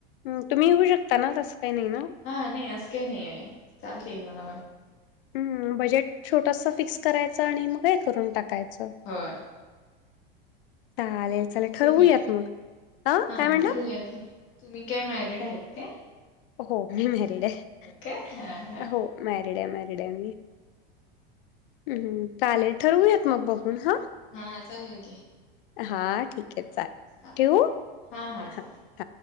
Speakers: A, on the left; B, on the left.
A: हम्म तुम्ही येऊ शकता ना तसं काही नाही ना.
B: हा नाही असं काय नाही आहे चालतय मला
A: हम्म बजेट छोटस फिक्स करायचं आणि मग हे करून टाकायचं.
B: होय
A: चालेल चालेल ठरवूयात
B: तुम्ही
A: मग अ
B: हा
A: काय म्हटला.
B: <unintelligible> तुम्ही काय मॅरिड आहेत काय.
A: हो मी मॅरिड आहे
B: काय हा हा
A: हो मॅरिड आहे मॅरिड आहे मी. हम्म चालेल ठरवूयात मग बघून हा.
B: हा चालेल की.
A: हा ठीक आहे. चालेल.
B: चालतंय
A: ठेवू?
B: हा हा चालतय.
A: हां, हां.